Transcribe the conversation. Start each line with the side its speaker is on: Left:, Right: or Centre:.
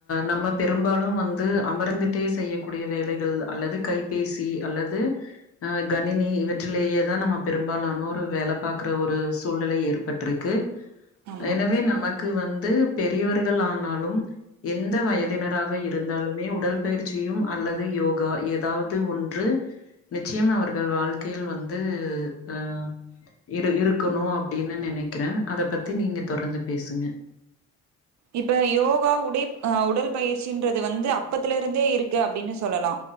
Left: நம்ம பெரும்பாலு வந்து அமர்ந்துட்டே செய்யக்கூடிய வேலைகள் அல்லது கைபேசி அல்லது அ கணினி இவற்றிலேயேதா நம்ம பெரும்பாலானோர் வேல பாக்குற ஒரு சூழ்நிலை ஏற்பட்டிருக்கு
Right: ஆமா
Left: எனவே நமக் இதுக்கு வந்து பெரியவர் ட்டுகள் ஆனாலும் எந்த வயதினராக இருந்தாலுமே உடல் பயிற்சியு அல்லது யோகா ஏதாவது ஒன்று நிச்சயம் அவர்கள் வாழ்க்கையில் வந்து ஆ இ இருக்கணு அப்பிடின்னு நெனைக்கிறே அத பத்தி நீங்க தொடர்ந்து பேசுங்க
Right: இப்ப யோகா உடை ஆ உடல் பயிற்சன்றது வந்து அப்பத்துல இருந்தே இருக்கு அப்டின்னு சொல்லலா